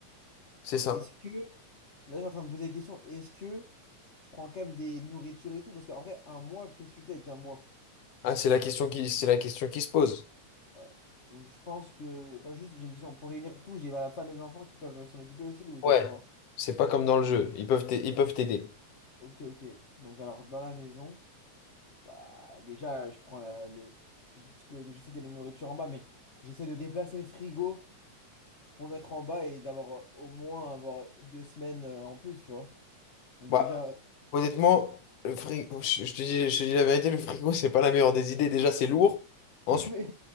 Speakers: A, on the left (about 65°); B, on the left (about 80°).
A: C'est ça.
B: Est-ce que, là, j'ai en train de me poser la question, est-ce que je prends quand même des nourritures et tout? Parce qu'en vrai, un mois, qu'est-ce que tu fais avec un mois?
A: Ah, c'est la question qui, c'est la question qui se pose.
B: Ouais. Donc, je pense que, attends, juste, j'ai une question. Pour réunir tout, j'ai ma femme et mes enfants qui peuvent s'en occuper aussi, ou c'est
A: Ouais.
B: que moi?
A: C'est pas comme dans le jeu. Ils peuvent t'a- ils peuvent t'aider.
B: Ok, ok. Donc, alors, dans la maison. Bah, déjà, je prends la- le. ce que- Je sais qu'il y a des nourritures en bas, mais j'essaie de déplacer le frigo pour le mettre en bas et d'avoir euh, au moins avoir deux semaines euh, en plus, tu vois. Donc
A: Bah,
B: déjà. <laughs>
A: honnêtement, le frigo, je, je te dis, je te dis la vérité, le frigo, c'est pas la meilleure des idées. Déjà, c'est lourd. Ensuite,
B: Non mais,